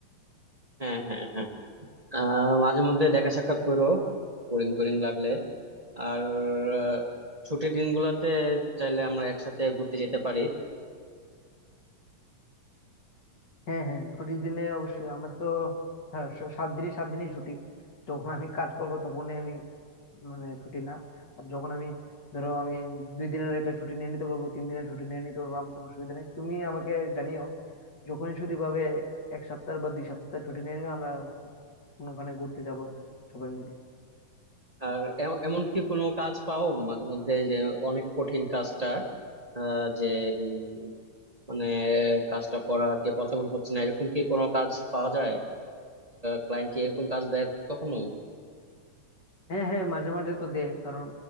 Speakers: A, on the right; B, on the left.
A: হ্যাঁ হ্যাঁ হ্যাঁ আহ মাঝে মধ্যে দেখা সাক্ষাৎ করো বোরিং টোরিং লাগলে আর আহ, ছুটির দিনগুলোতে চাইলে আমরা একসাথে ঘুরতে যেতে পারি
B: হ্যাঁ হ্যাঁ ছুটির দিনে অবশ্যই আমার তো হ্যাঁ, স- সাত দিনই সাত দিনই ছুটি যখন আমি কাজ করবো তখনই আমি মানে ছুটি না আর যখন আমি ধরো আমি দুই দিনের একটা ছুটি নিয়ে নিতে পারবো তিন দিনের ছুটি নিয়ে নিতে পারবো আমার কোনো অসুবিধা নেই তুমি আমাকে জানিও যখনই ছুটি পাবে এক সপ্তাহ বা দুই সপ্তাহ ছুটি নিয়ে নিও আমরা কো- কোনোখানে ঘুরতে যাব সবাই মিলে
A: আর এ- এমনকি কোনো কাজ পাও মাঝে মধ্যে যে অনেক কঠিন কাজটা আহ, যে উম, মানে কাজটা করা আর কি পসিবল হচ্ছে না এরকম কি কোনো কাজ পাওয়া যায় ক্লায়েন্ট কি এরকম কাজ দেয় কখনো
B: হ্যাঁ হ্যাঁ মাঝে মাঝে তো দে কারণ